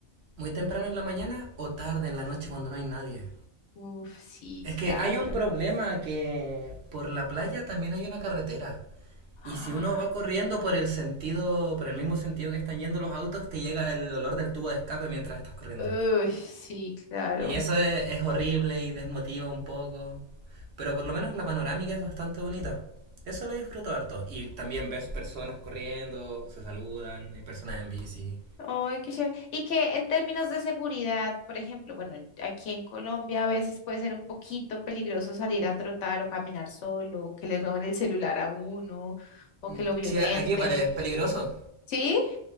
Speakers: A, on the right; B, on the left.
A: Muy temprano en la mañana o tarde en la noche cuando no hay nadie.
B: Uf, sí,
A: Es que
B: claro.
A: hay un problema que por la playa también hay una carretera.
B: Ah,
A: Y si uno va corriendo por el sentido, por el mismo sentido que están yendo los autos, te llega el olor del tubo de escape mientras estás corriendo.
B: uy, sí, claro.
A: Y eso es, es horrible y desmotiva un poco. Pero por lo menos la panorámica es bastante bonita. Eso lo disfruto harto. Y también ves personas corriendo, se saludan, hay personas en bici.
B: Ay, qué chévere. Y que en términos de seguridad, por ejemplo, bueno, en- aquí en Colombia a veces puede ser un poquito peligroso salir a trotar o caminar solo, o que le roben el celular a uno, o
A: Mm,
B: que lo violenten.
A: Sí, aquí vale, es peligroso.
B: ¿Sí?